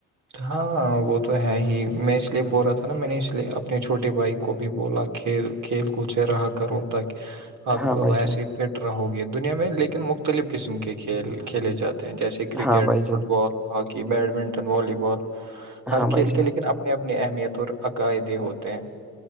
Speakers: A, on the right; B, in the centre.
A: ہاں وہ تو ہے ہی میں اس لیے بول رہا تھا نا میں نے اس لیے اپنے چھوٹے بھائی کو بھی بولا کھیل کھیل کود سے رہا کر تا آپ
B: ہاں بھائی
A: ویسے
B: جان
A: فٹ رہو گی دنیا میں لیکن مختلف قسم کے کھیل کھیلے جاتے ہیں جیسے کرکٹ
B: ہاں بھائی جان
A: football hockey badminton volleyball ہر
B: ہاں بھائی
A: کھیل
B: جان
A: کے لیکن اب اپنے اپنی اہمیت اور عقائدے ہوتے ہیں